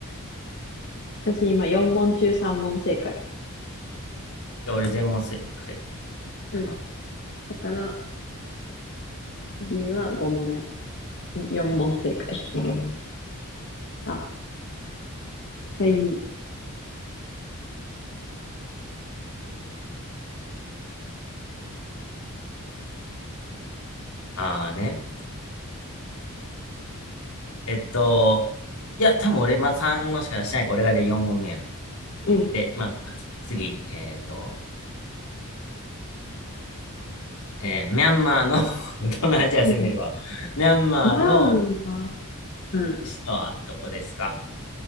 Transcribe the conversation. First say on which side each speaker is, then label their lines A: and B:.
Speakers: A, on the left; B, on the left.
A: 私今4問中3問正解。
B: じゃあ俺全問正解かな。
A: うん。だから、B は5問、4問正解。うんあ、はい。う
B: あーね。えっと、いや、多分俺まあ3問しか出してないから、俺がで4問目や。
A: ん。
B: で、まあ、次、えっと、えーミャンマーの <laughs> 東南アジア
A: うん。
B: <laughs> 攻めるわ。ミャンマーの
A: ランは、うん。
B: 首都はどこですか